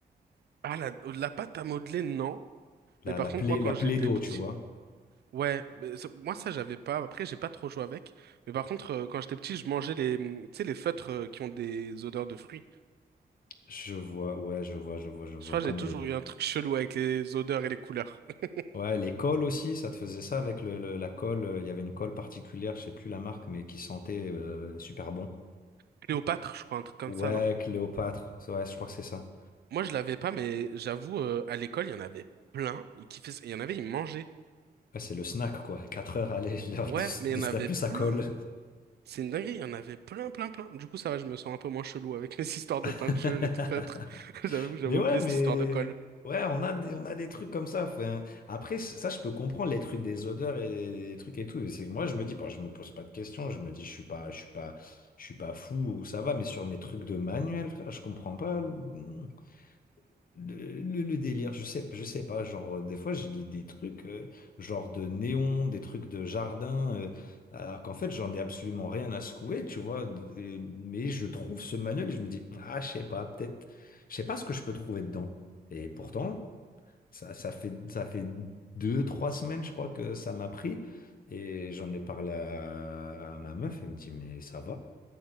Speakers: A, on the right; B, on the left.
A: Ah, la, la pâte à modeler, non.
B: La,
A: Mais par
B: la
A: contre,
B: plaie,
A: moi, quand
B: la plaie
A: j'étais
B: d'eau,
A: petit,
B: tu vois.
A: Ouais, mais ça- moi ça j'avais pas. Après j'ai pas trop joué avec. Mais par contre euh, quand j'étais petit je mangeais les, hum, tu sais les feutres euh, qui ont des odeurs de fruits.
B: Je vois, ouais, je vois, je vois, je vois.
A: Je crois
B: Comme
A: que j'ai toujours
B: les.
A: eu un truc chelou avec les odeurs et les couleurs. <laughs>
B: Ouais, les cols aussi, ça te faisait ça avec le, le- la colle. euh, Il y avait une colle particulière, je sais plus la marque, mais qui sentait euh, super bon.
A: Cléopâtre je crois un truc comme
B: Ouais,
A: ça non?
B: Cléopâtre. Ouais, je crois que c'est ça.
A: Moi je l'avais pas mais j'avoue euh, à l'école il y en avait plein. Ils kiffaient... ça. Il y en avait ils mangeaient.
B: Ouais, c'est le snack, quoi. <laughs> 4 heures, allez, <laughs> l'heure
A: Ouais
B: de, se-
A: mais
B: de
A: il y en
B: se
A: avait
B: taper
A: plein.
B: sa colle.
A: C'est une dinguerie il y en avait plein plein plein. Du coup ça va je me sens un peu moins chelou avec mes <laughs> histoires de
B: <laughs>
A: peinture et de feutres. <laughs> J'avoue que j'avais
B: Mais ouais,
A: oublié
B: mais
A: cette histoire de colle.
B: ouais, on a des, on a des trucs comme ça. Enfin, après, c- ça, je peux comprendre les trucs des odeurs et les trucs et tout. Mais c'est que moi, je me dis, bon, je me pose pas de questions. Je me dis, je suis pas, je suis pas, je suis pas fou. Ça va. Mais sur mes trucs de manuel, frère, je comprends pas. hmm. Le, le- le délire, je sais, je sais pas, genre, euh, des fois, je lis des trucs, euh, genre de néons, des trucs de jardin, euh, alors qu'en fait, j'en ai absolument rien à secouer, tu vois, d- et- mais je trouve ce manuel et je me dis, ah, je sais pas, peut-être, je sais pas ce que je peux trouver dedans. Et pourtant, ça, ça fait, ça fait deux, trois semaines, je crois, que ça m'a pris, et j'en ai parlé à, à ma meuf, elle me dit, mais ça va,